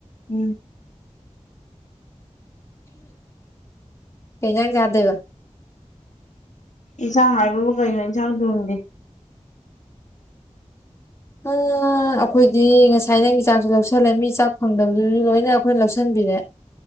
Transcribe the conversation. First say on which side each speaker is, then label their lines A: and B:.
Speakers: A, on the left; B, on the left.
A: ꯎꯝ
B: ꯀꯩꯟꯖꯥꯡ ꯆꯥꯗꯣꯏꯕ
A: ꯏꯟꯁꯥꯡ ꯍꯥꯏꯕꯕꯨ ꯀꯩꯅꯣ ꯏꯟꯁꯥꯡ ꯊꯣꯡꯗꯦ
B: ꯌꯥ ꯑꯞ ꯑꯩꯈꯣꯏꯗꯤ ꯉꯁꯥꯏ ꯅꯪꯒꯤ ꯆꯥꯛꯁꯨ ꯂꯧꯁꯜꯂꯦ ꯃꯤ ꯆꯥꯛ ꯐꯪꯗꯕꯗꯨꯁꯨ ꯂꯣꯏꯅ ꯑꯩꯈꯣꯏꯅ ꯂꯧꯁꯤꯟꯕꯤꯔꯦ